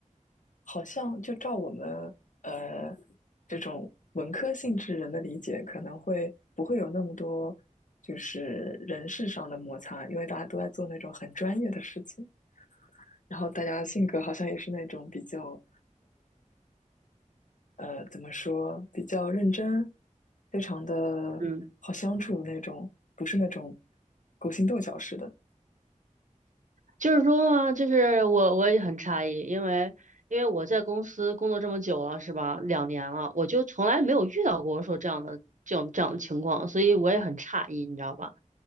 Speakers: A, on the left (about 70°); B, on the right (about 70°).
A: 好像就照我们呃这种文科性质人的理解，可能会不会有那么多就是人事上的摩擦，因为大家都在做那种很专业的事情，然后大家性格好像也是那种比较呃怎么说比较认真，非常的好相处那种，
B: 嗯。
A: 不是那种勾心斗角式的。
B: 就是说嘛，就是我我也很诧异，因为因为我在公司工作这么久了，是吧？两年了，我就从来没有遇到过说这样的这种这样的情况，所以我也很诧异，你知道吧？